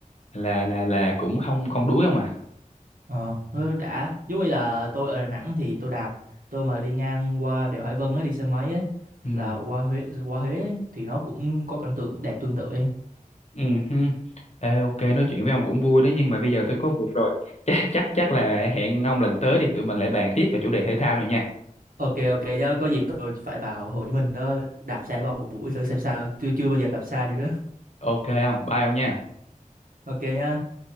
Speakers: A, on the left; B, on the right.
A: là là là cũng không không đuối ông à
B: ờ ừ, đã. Giống như là tôi ở Đà Nẵng thì tôi đạp, tôi mà đi ngang qua đèo Hải Vân á đi xe máy ấy
A: ừ.
B: là qua Huế qua Huế ấy, thì nó cũng có cảnh tượng đẹp tương tự ấy.
A: Ừ, hừ. Ê, ok nói chuyện với ông cũng vui đó nhưng mà bây giờ tôi có việc rồi chắc chắc chắc là hẹn ông lần tới đi tụi mình lại bàn tiếp về chủ đề thể thao này nha
B: Ok ok nhá, có dịp tôi phải vào Hồ Chí Minh đó đạp xe vào một buổi thử xem sao. Chưa chưa bao giờ đạp xa như đó.
A: ok ông bye ông nha
B: Ok nhá.